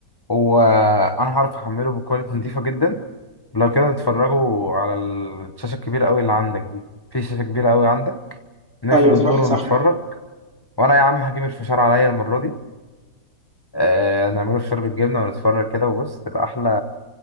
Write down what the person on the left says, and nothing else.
وانا هعرف احمله بكواليتي نضيفه جدا لو كده نتفرجوا على الشاشه الكبيره قوي اللي عندك دي في شاشه كبيره قوي عندك نقفل
النور
ونتفرج
وانا يا عم هجيب الفشار عليا المره دي آه نعمله فشار بالجبنه ونتفرج كده وبص تبقى احلى